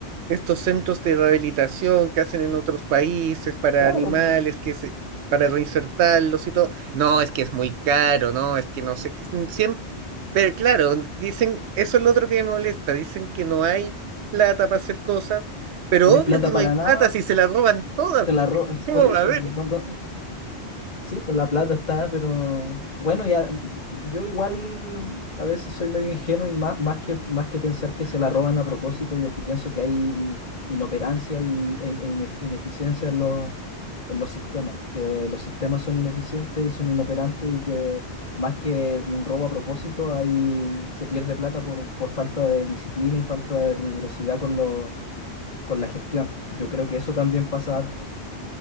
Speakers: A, on the right; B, on the left.
A: estos centros de rehabilitación que hacen en otros países para
B: Claro,
A: animales,
B: pues,
A: que se, para reinsertarlos y todo? No, es que es muy caro, no, es que no sé, qué, siempre, pero claro, dicen, eso es lo otro que me molesta, dicen que no hay plata para hacer cosas, pero
B: no hay
A: obvio
B: plata
A: que no
B: para
A: hay
B: nada,
A: plata si se la roban todas.
B: te la ro-
A: <laughs> ¿Cómo
B: por eso,
A: va a haber?
B: pues, tanto- Sí, pues la plata está, pero bueno, ya mm, yo igual a veces soy medio ingenuo y más, más que, más que pensar que se la roban a propósito, yo pienso que hay inoperancia y, e, e inef- ineficiencia en los, en los sistemas, que los sistemas son ineficientes y son inoperantes y que más que un robo a propósito, ahí se pierde plata por, por falta de disciplina y falta de rigurosidad con los, con la gestión. Yo creo que eso también pasa harto,